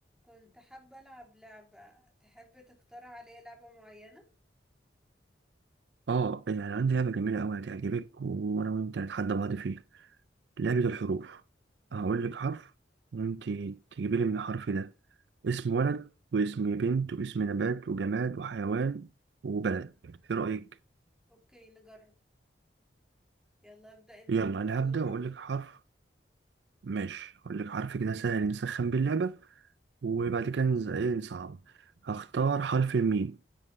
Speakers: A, in the centre; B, on the right (about 65°).
A: كنت حابة ألعب لعبة تحب تختار عليا لعبة معينة
B: اه يعني عندي لعبة جميلة أوي هتعجبك وأنا وأنت هنتحدى بعض فيها لعبة الحروف هقول
A: أو-
B: لك حرف وأنت تجيبي لي من الحرف ده اسم ولد واسم بنت واسم نبات وجماد وحيوان وبلد إيه رأيك؟
A: أوكي نجرب يلا ابدأ أنت
B: يلا
A: اختار
B: أنا
A: أول
B: هبدأ
A: حرف
B: وأقول لك حرف ماشي هقول لك حرف كده سهل نسخن بيه اللعبة وبعد كده نز- إيه نصعب هختار حرف الميم